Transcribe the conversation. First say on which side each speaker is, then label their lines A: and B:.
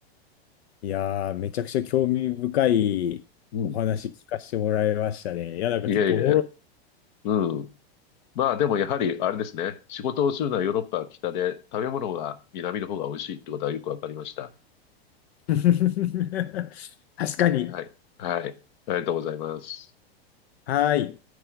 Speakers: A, on the left (about 75°); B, on the left (about 45°).
A: いやー、めちゃくちゃ興味深いお話聞かせてもらいましたね。
B: うん。
A: いや、なんか結構おもろい。
B: いえいえ。うん。まあでもやはりあれですね。仕事をするのはヨーロッパは北で、食べ物が南の方が美味しいってことはよくわかりました。
A: <laughs> 確かに。
B: はい。はい。ありがとうございます。
A: はーい。